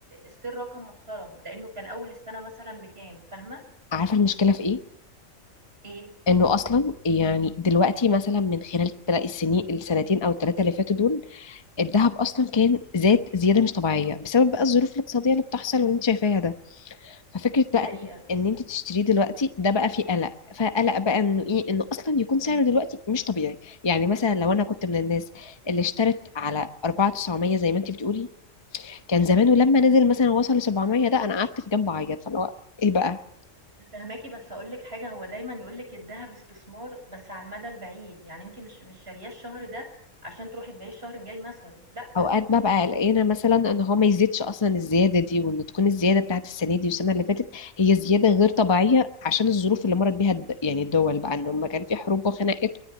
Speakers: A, on the right; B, on the left.
A: still رقم محترم، لإنه كان أول السنة مثلًا بكام، فاهمة؟
B: عارفه المشكله في ايه
A: إيه؟
B: انه اصلا يعني دلوقتي مثلا من خلال التلا- السنين السنتين او الثلاثه اللي فاتوا دول الذهب اصلا كان زاد زياده مش طبيعيه بسبب بقى الظروف الاقتصاديه اللي بتحصل واللي انت شايفاها ده ففكره
A: دي
B: بقى
A: حقيقة،
B: ان إن انت تشتريه دلوقتي ده بقى فيه قلق فقلق بقى انه ايه انه اصلا يكون سعره دلوقتي مش طبيعي يعني مثلا لو انا كنت من الناس اللي اشترت على 4900 زي ما انت بتقولي كان زمانه لما نزل مثلا وصل ل 700 ده انا قعدت في جنب اعيط فاللي هو ايه بقى
A: أنا فاهماكِ بس هاقول لِك حاجة، هو دايمًا يقول لِك الدهب استثمار بس على المدى البعيد، يعني أنتِ مش مش شارياه الشهر ده عشان تروحي تبيعيه الشهر الجاي مثلًا، لأ.
B: اوقات ببقى قلقانه مثلا ان هو ما يزيدش اصلا الزياده دي وان تكون الزياده بتاعت السنه دي والسنه اللي فاتت هي زياده غير طبيعيه عشان الظروف اللي مرت بيها الد- يعني الدول بقى ان هم كان في حروب وخناقات